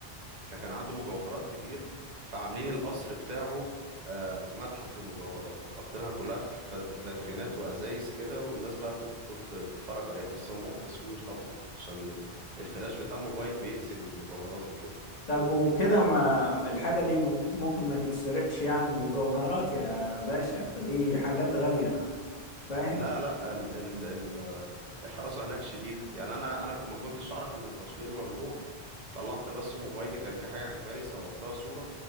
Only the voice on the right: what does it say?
فكان عنده مجوهرات كتير فعاملين القصر بتاعه آه، متحف للمجوهرات حاطينها كلها في فد- فاترينات وازايز كده والناس بقى بتدخل ت- تتفرج عليها بس ممنوع التصوير طبعا عشان ال- الفلاش بتاع الموبايل بيأذي المجوهرات وكده
لا لا ال ال ال الحراسة هناك شديدة يعني انا انا كو- ما كنتش اعرف ان التصوير ممنوع طلعت بس موبايلي كان في حاجة عجباني صورتها صورة